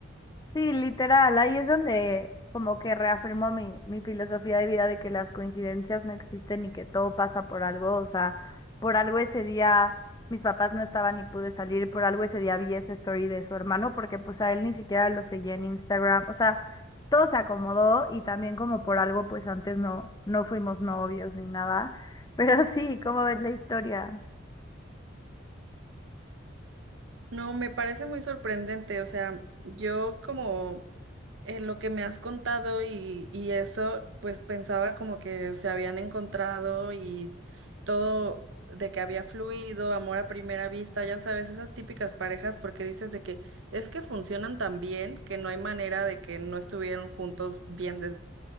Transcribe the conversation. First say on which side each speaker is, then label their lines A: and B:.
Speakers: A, on the left; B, on the right.
A: Sí, literal, ahí es donde como que reafirmo mi, mi filosofía de vida de que las coincidencias no existen y que todo pasa por algo, o sea, por algo ese día mis papás no estaban y pude salir, por algo ese día vi esa story de su hermano porque pues a él ni siquiera lo seguía en Instagram, o sea, todo se acomodó y también como por algo pues antes no, no fuimos novios ni nada, <laughs> pero sí, ¿cómo ves la historia?
B: No, me parece muy sorprendente. O sea, yo como en lo que me has contado y, y eso, pues pensaba como que se habían encontrado y todo de que había fluido, amor a primera vista, ya sabes, esas típicas parejas, porque dices de que es que funcionan tan bien que no hay manera de que no estuvieran juntos bien des-